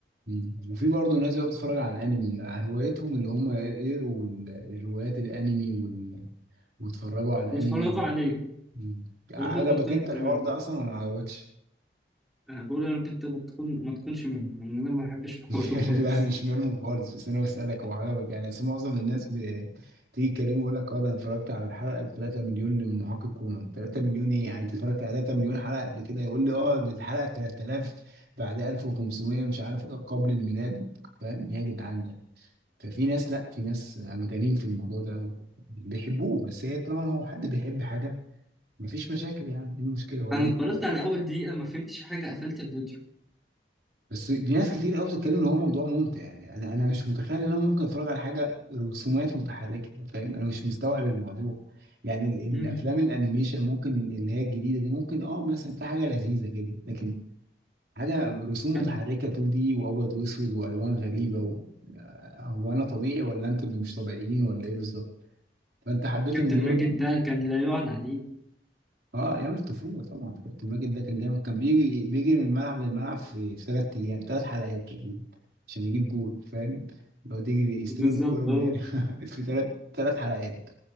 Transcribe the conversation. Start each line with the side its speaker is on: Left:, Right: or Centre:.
Right: مم. وفي برضه ناس بقى بتتفرج على الانمي هوايتهم اللي هم يقروا ال- الروايات الانمي وال... ويتفرجوا على
Centre: واتفرجوا
Right: الانمي
Centre: عليه
Right: مم. عجبك
Centre: يا رب ما تكون
Right: انت
Centre: انت
Right: الحوار
Centre: منهم
Right: ده اصلا ولا ما عجبكش؟
Centre: انا بقول يا رب انت ما تكون ما تكونش منهم لان انا ما بحبش <laughs> الحوار
Right: <laughs>
Centre: ده خالص
Right: لا مش منهم خالص بس انا بسألك هو عجبك يعني اصل معظم الناس بتيجي تكلمه يقول لك اه ده انا اتفرجت على الحلقه ال 3 مليون لمحقق كونان 3 مليون ايه يعني انت اتفرجت على 3 مليون حلقه قبل كده يقول لي اه دي الحلقه 3000 بعد 1500 مش عارف ايه قبل الميلاد فاهم إيه يا جدعان ده ففي ناس لا في ناس مجانين في الموضوع ده أوي. بيحبوه بس هي طالما هو حد بيحب حاجه مفيش مشاكل يعني ايه المشكله ولا
Centre: انا
Right: انت
Centre: اتفرجت على اول دقيقه ما فهمتش حاجه قفلت الفيديو
Right: بس في ناس كتير قوي بتتكلم ان هو موضوع ممتع يعني انا انا مش متخيل ان انا ممكن اتفرج على حاجه رسومات متحركه فاهم انا مش مستوعب الموضوع يعني ال-
Centre: امم
Right: الافلام الانيميشن ممكن اللي هي الجديده دي ممكن اه مثلا في حاجه لذيذه كده لكن حاجه رسوم
Centre: كابت...
Right: متحركه 2 دي وابيض واسود والوان غريبه و... هو انا طبيعي ولا انتوا اللي مش طبيعيين ولا ايه بالظبط فانت حبيت
Centre: كابتن
Right: الموضوع
Centre: ماجد
Right: ده
Centre: ده كان لا يعلى عليه
Right: اه ايام الطفوله طبعا كابتن ماجد ده كان جامد كان بيجري بيجري من ملعب للملعب في في ثلاث ايام ثلاث حلقات تقريبا عشان يجيب جول فاهم يقعد يجري يستلم
Centre: بالظبط
Right: الكوره من
Centre: اه
Right: هنا <laughs> في ثلاث ثلاث حلقات